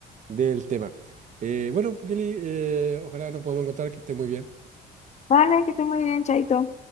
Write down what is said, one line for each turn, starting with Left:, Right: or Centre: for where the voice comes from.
Right: del tema. Eh, bueno, Kelly, eh, ojalá nos podamos encontrar, que esté muy bien.
Left: Vale, que esté muy bien, Chaito.